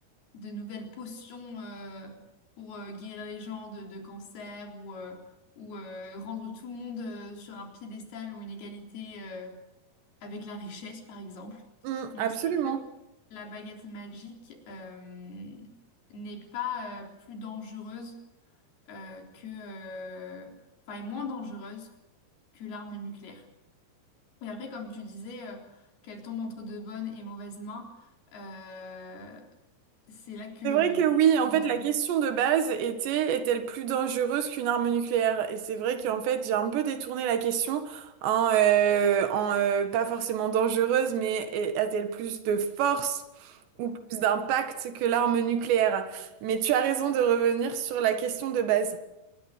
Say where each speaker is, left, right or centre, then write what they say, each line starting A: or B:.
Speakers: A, on the left; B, on the right.
A: de nouvelles potions euh, pour euh, guérir les gens de, de cancer ou, euh, ou euh, rendre tout le monde euh, sur un piédestal ou une égalité euh, avec la richesse, par exemple.
B: Hmm,
A: Donc
B: absolument.
A: c'est vrai que la baguette magique euh, n'est pas euh, plus dangereuse euh, que... euh, Enfin, est moins dangereuse que l'arme nucléaire. Et après, comme tu disais, euh, qu'elle tombe entre de bonnes et mauvaises mains, euh, c'est là que...
B: C'est vrai que oui, en
A: on
B: fait, la
A: a-
B: question de base était, est-elle plus dangereuse qu'une arme nucléaire? Et c'est vrai qu'en fait, j'ai un peu détourné la question en, euh, en euh, pas forcément dangereuse, mais est- a-t-elle plus de force ou plus d'impact que l'arme nucléaire? Mais tu as raison de revenir sur la question de base.